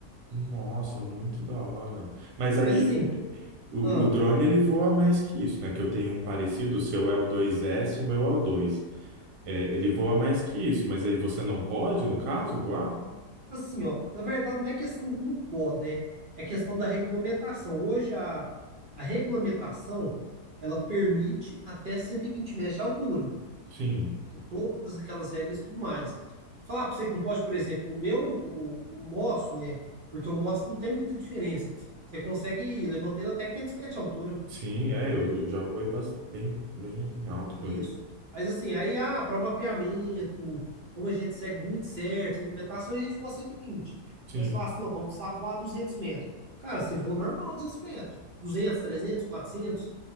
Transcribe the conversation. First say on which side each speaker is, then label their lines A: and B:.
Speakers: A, on the right; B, on the right.
A: Nossa, muito da hora. Mas aí
B: Mas assim,
A: eh, o,
B: ah,
A: o drone ele voa mais que isso, né? Que eu tenho um parecido, o seu é o 2S, o meu é o 2. É, ele voa mais que isso, mas aí você não pode, no caso, voar?
B: Assim, ó, na verdade não é questão do não pode, né? É questão da regulamentação. Hoje a, a regulamentação, ela permite até 120 metros de altura,
A: Sim,
B: que é todas aquelas regras e tudo mais. Falar para você que não pode, por exemplo, o meu, o, o nosso, né? Porque o nosso não tem muita diferença. Você consegue levantar ele até 500 metros de altura.
A: sim, é, eu, eu já voei bas- bem, bem alto
B: Isso.
A: com ele.
B: Mas assim, aí, ah, para mapeamento, como a gente segue muito certo, regulamentação, a gente voa cento e vinte,
A: Sim,
B: Mas fala assim, não, vamos precisar voar 200 metros. Cara, você voa normal 200 metros. duzentos, trezentos, quatrocentos,